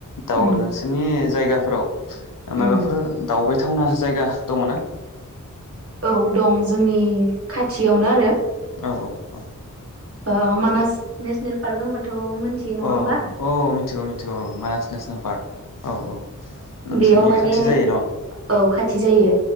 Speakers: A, on the left; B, on the right.
A: दाउ
B: उम
A: नोंसोरनि जायगा फोराव
B: उम
A: माबाफोर दावउबाय थावना जायगा दङ ना?
B: ओ दं जोंनि खाथियावनो आरो
A: औ औ औ
B: ओ मानास नेसनेल पार्क होनबाथ' मोनथियो नङा
A: अह
B: होमबा
A: औ मिथिगौ मिथिगौ औ मानास नेसनेल पार्क औ औ नोंसोरनि
B: बेयाव माने
A: खाथि जायो न' औ
B: औ खाथि जायो